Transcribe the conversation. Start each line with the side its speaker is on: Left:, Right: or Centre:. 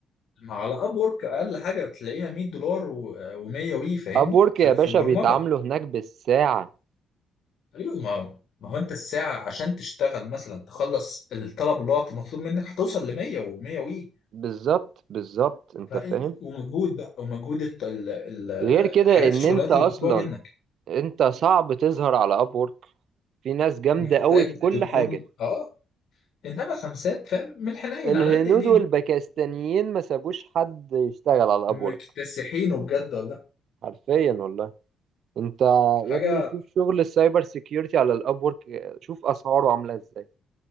Left: ما على اب ورك اقل حاجه تلاقيها 100 دولار و100 وي فاهمني
Right: اب وورك
Left: في
Right: يا
Left: في
Right: باشا
Left: البرمجه
Right: بيتعاملوا هناك بالساعه
Left: ايوه ما ما هو انت الساعه عشان تشتغل مثلا تخلص الطلب اللي هو مطلوب منك هتوصل ل 100 و100 وي
Right: بالظبط بالظبط انت
Left: فانت
Right: فاهم
Left: ومجهود بقى ومجهود الت- ال- ال-
Right: غير كده
Left: الحاجات
Right: ان
Left: الشغلات
Right: انت
Left: اللي
Right: اصلا
Left: بيطلبوها منك
Right: انت صعب تظهر على اب وورك في ناس جامده
Left: محتاج
Right: قوي في كل
Left: تكون
Right: حاجه
Left: اه انما خمسات فاهم من الحنين
Right: الهنود
Left: على قد ايدينا
Right: والباكستانيين ما سابوش حد يشتغل على
Left: مكتسحينه
Right: اب وورك
Left: بجد والله
Right: حرفيا والله انت
Left: حاجه
Right: يا ابني شوف شغل السايبر سيكيورتي على الاب وورك شوف اسعاره عامله ازاي